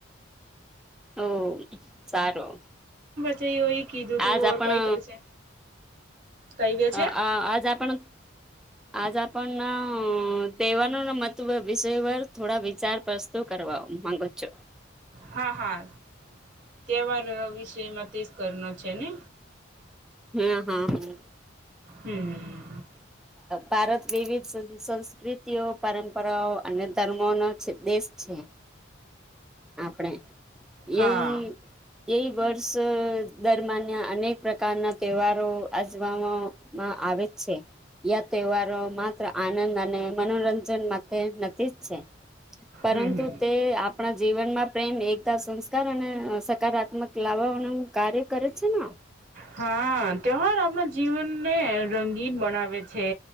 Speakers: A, in the centre; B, on the right.
A: ઓ સારો
B: છ ઓઈ કીધું તું
A: આજ આપણ
B: ઓર કઈ કર છે. કઈ ગયો છે
A: અ આ આજ આપણ આજ પણ દહેવાનો ના મત વિષય વ થોડા વિચાર પ્રસ્તુ કરવા માંગો છો.
B: હા હા તહેવાર વિષયમાં તેજ કરનો છે ને.
A: હમ હમ હ.
B: હમ.
A: ભારત વિવિધ સંસ્કૃતિઓ પરંપરાઓ અને ધર્મો ન દેશ છે. હમ. છે. <unintelligible>
B: હા
A: એ વર્ષ દરમન અનેક પ્રકારના તહેવારો આજમાં મા આવે છે. તહેવારો માત્ર આનંદ અને મનોરંજન માટે નથી જ છે. પરંતુ
B: હમ હમ
A: તે આપણા મનમાં પ્રેમ એકતા સંસ્કાર અને સકારાત્મક લાવવાનું કાર્ય કરે છે ન.
B: હા ત્યવાર આપણા જીવનને રંગીન બનાવે છે,